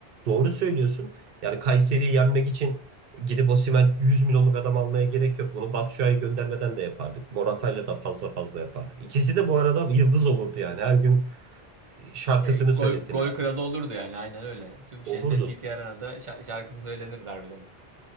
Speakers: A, on the right; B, on the right.
A: Doğru söylüyorsun. Yani Kayseri'yi yenmek için gidip Osimhen 100 milyonluk adam almaya gerek yok. Bunu Batshuayi göndermeden de yapardık. Morata'yla da fazla fazla yapardık. İkisi de bu arada yıldız olurdu yani. Her gün şarkısını
B: e, gol,
A: söyletirlerdi.
B: gol kralı olurdu yani aynen öyle. Tüm şeyde
A: Olurdu.
B: TT Arena'da şa- şarkısı söylenirdi harbiden.